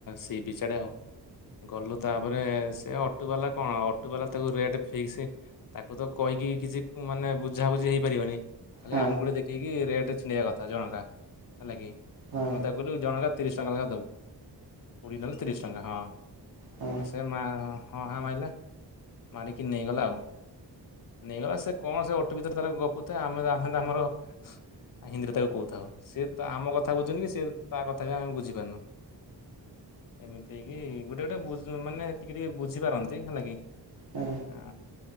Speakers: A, on the left (about 55°); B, on the right (about 65°).
A: ସି ବିଚାଡେ ଆଉ। ଗଲୁ ତାପରେ ସେ ଅଟୋ ବାଲା କଣ ଅଟ ଅଟୁ ବାଲା ତାକୁ ରେଟ ଫିକ୍ସ ତାକୁ ତ କହିକି କିଛି ମାନେ ବୁଝାବୁଝି ହେଇପାରିବନି ଖାଲି
B: ହଁ
A: ଆଙ୍ଗୁଳି ଦେଖେଇକି ରେଟ ଛିଣ୍ଡେଇବା କଥା ଜଣଙ୍କ ହେଲା କି
B: ହଁ
A: ଆମେ ତାକୁ କହହଛନ୍ତି ଜଣଙ୍କା ତିରିଶ ଟଙ୍କା ଲେଖା ଦେବୁ ପୁରୀ ନେଲେ ତିରିଶ ଟଙ୍କା ହଁ
B: ହଁ
A: କ ସେ ମା ହଁ ହଁ ମାରିଲା। ମାରିକି ନେଇଗଲା ଆଉ। ନେଇଗଲା ସେ କଣ ସେ ଅଟୋ ଭିତରେ ତାର ଗପୁ ଥାଏ ଆମେ ଆମେ ତ ଆମର ହିନ୍ଦୀରେ ତାକୁ କହୁଥାଉ ସେ ତ ଆମ କଥା ବୁଝୁନି କି ସେ ତା କଥା ବି ଆମେ ବୁଝିପାରୁନୁ। ଏମିତି କି ଗୋଟେ ଗୋଟେ ମାନେ ଟିକେ ଟିକେ ବୁଝିପାରନ୍ତି ହେଲା କି।
B: ହଁ
A: ଆ